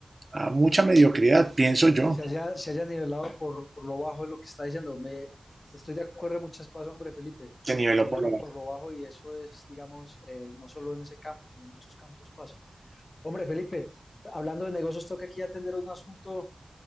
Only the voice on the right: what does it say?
a mucha mediocridad, pienso yo.
Se niveló
por lo bajo.